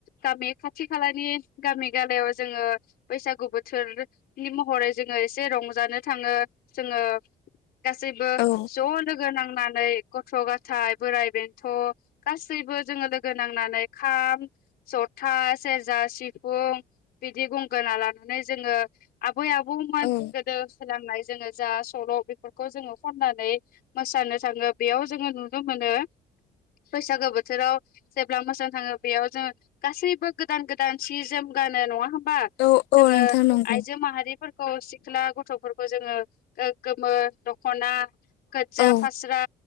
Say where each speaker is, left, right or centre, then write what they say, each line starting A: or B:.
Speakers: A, on the left; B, on the left.
A: गामि खाथि खालानि गामि गलायाव जोङो बैसागु बोथोरनि महरै जोङो एसे रंजानो थाङो। जोङो गासैबो
B: औ
A: ज' लोगो नांनानै गथ' गाथाय बोराइ बेन्थ' गासैबो जोङो लोगो नांनानै खाम ज' था सेरजा सिफुं बिदि गंगोना लानानै जोङो आ बै आबौमोन
B: औ
A: गोदो सोलोंनाय जोङो जा सल' बेफोरखौ जोङो खननानै मोसानो थाङो बेयाव जोङो नुनो मोनो। बैसागो बोथोराव जेब्ला मोजां थाङो बेयाव जोंङो गासैबो गोदान गोदान सि जोम गानो नङा होमबा
B: औ
A: जोङो
B: औ नोंथां नंगौ
A: आइजो माहारिफोरखौ सिख्ला गथ'फोरखौ जोङो ओ गोमो दख'ना गोदजा
B: औ
A: फास्रा